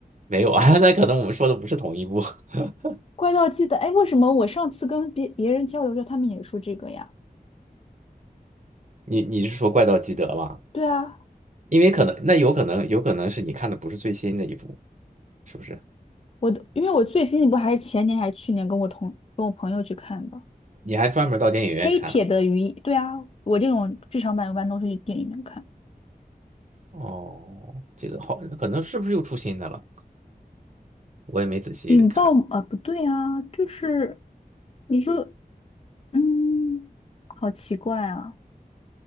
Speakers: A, on the right; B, on the left.
A: 没有啊，<laughs> 那可能我们说的不是同一部。<laughs>
B: 怪盗基德，哎，为什么我上次跟别别人交流着，他们也说这个呀？
A: 你你是说怪盗基德吗？
B: 对啊，
A: 因为可能那有可能有可能是你看的不是最新的一部，是不是？
B: 我都因为我最新一部还是前年还是去年跟我同跟我朋友去看的
A: 你还专门到电影院去看了？
B: 《黑铁的鱼，对啊，我这种剧场版一般都是去电影院看。
A: 哦，这个好，可能是不是又出新的了？我也没仔细看。
B: 引爆啊，不对啊，就是你说，嗯，好奇怪啊。